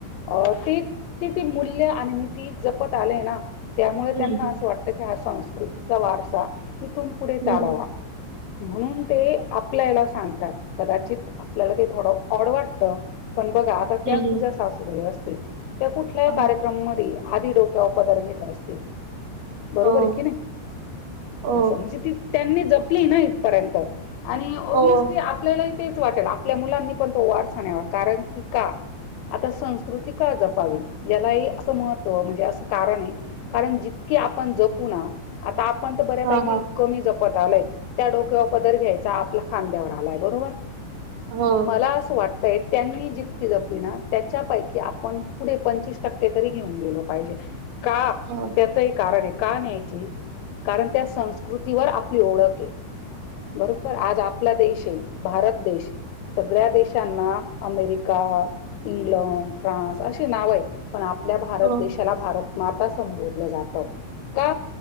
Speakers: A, on the left; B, on the right.
A: अ ते ती ती मूल्य आणि नी ती जपत आलेय ना त्यामुळे
B: हम्म
A: त्यांना असं वाटतं की हा संस्कृतीचा वारसा ही तुम पुढे चालावा.
B: हम्म
A: म्हणून ते आपल्याला सांगतात कदाचित आपल्याला ते थोडं ऑड वाटत पण बघा आता त्याच
B: हम्म.
A: तुझ्या सासूबाई असतील त्या कुठल्याही
B: हा.
A: कार्यक्रमधी आधी डोक्या उपदर घेत असतील बरोबर
B: हो
A: कि नाही
B: हो
A: असं म्हणजे ती त्यांनी जपली ना इथपर्यंत आणि ऑब्विहियसली
B: हो
A: आपल्यालाही तेच वाटेल आपल्या मुलांनी पण तो वार स नवा कारण की का? आता संस्कृती का जपावी यालाही असं महत्त्व म्हणजे असं कारण आहे कारण जित की आपण जपू ना पण बऱ्यापैकी
B: हा हा
A: कमी जपत आलय त्या डोक्यावर पदर घ्यायचा आपल्या खांद्यावर आलाय बरोबर
B: हो
A: मला
B: हो.
A: असं वाट त्यांनी जितकी जपली ना त्याच्यापैकी आपण पुढे पंचवीस टक्के तरी घेऊन गेलो पाहिजे. का
B: हो
A: त्याचंही कारण आहे का न्यायची कारण त्या संस्कृतीवर आपली ओळख आहे बरोबर आज आपला देश आहे भारत देश सगळ्या देशांना अमेरिका इंग्लंड फ्रान्स असे नाव आहेत पण आपल्या भारत
B: हो
A: देशाला भारत माता संबोधलं जातं का